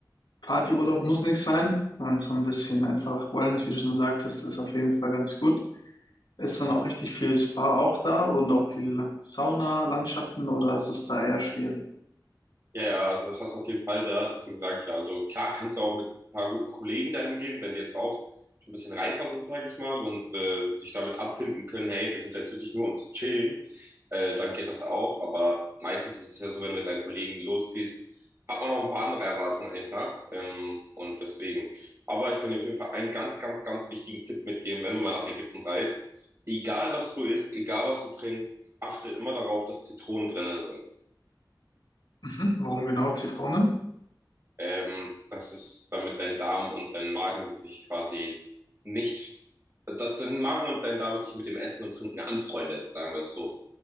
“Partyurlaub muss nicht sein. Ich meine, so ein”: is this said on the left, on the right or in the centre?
Left